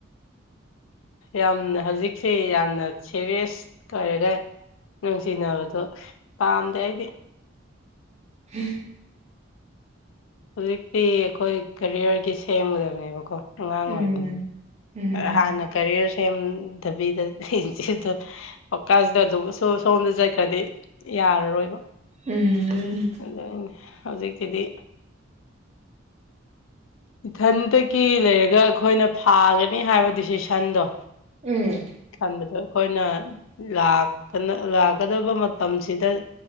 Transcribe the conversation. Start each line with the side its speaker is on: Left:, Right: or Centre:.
Left: ꯌꯥꯝꯅ ꯍꯧꯖꯤꯛꯁꯤ ꯌꯥꯝꯅ ꯁꯦꯔꯤꯌꯁ ꯑꯣꯏꯔꯒ ꯅꯨꯡꯁꯤꯅꯕꯗꯣ ꯄꯥꯝꯗꯦ ꯑꯩꯗꯤ
Right: <unintelligible>
Left: ꯍꯧꯖꯤꯛꯇꯤ ꯑꯩꯈꯣꯏ ꯀꯦꯔꯤꯌꯔꯒꯤ ꯁꯦꯝꯒꯗꯕꯅꯦꯕꯀꯣ ꯑꯉꯥꯡ
Right: ꯎꯝ
Left: ꯑꯣꯏꯕꯅꯤꯅ
Right: ꯎꯝ
Left: ꯍꯥꯟꯅ ꯀꯔꯤꯌꯔ ꯁꯦꯝꯗꯕꯤꯗ <unintelligible> ꯋꯥꯈꯜꯁꯤꯗ ꯑꯗꯨꯝ ꯁꯣꯝ ꯁꯣꯝꯗ ꯆꯠꯈ꯭ꯔꯗꯤ ꯌꯥꯔꯔꯣꯏꯕ
Right: ꯎꯝ
Left: ꯑꯗꯨꯅꯤ ꯍꯧꯖꯤꯛꯀꯤꯗꯤ ꯏꯊꯟꯇꯗꯒꯤ ꯂꯩꯔꯒ ꯑꯩꯈꯣꯏꯅ ꯐꯥꯒꯅꯤ ꯍꯥꯏꯕ ꯗꯤꯁꯤꯁꯟꯗꯣ
Right: ꯎꯝ
Left: ꯇꯟꯕꯗꯣ ꯑꯩꯈꯣꯏꯅ ꯂꯥꯛꯇꯥꯅ ꯂꯥꯛꯀꯗꯕꯥ ꯃꯇꯝꯁꯤꯗ